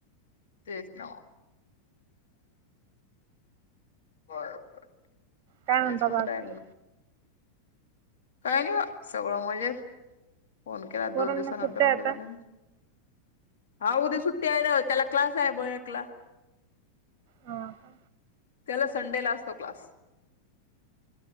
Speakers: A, on the left (about 60°); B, on the right (about 35°).
A: तेच ना बर बर.
B: काय म्हणता
A: तेच म्हणताय
B: बाकी
A: काय नाही बा सगळं मजेत. फोन केला
B: पोरांना
A: दोन दिवसानंतर
B: सुट्ट्या आहेत
A: मला झाल्या.
B: आता?
A: हा उद्या सुट्टी आहे ना त्याला क्लास आहे बयाकला.
B: हा का,
A: त्याला संडे ला असतो क्लास.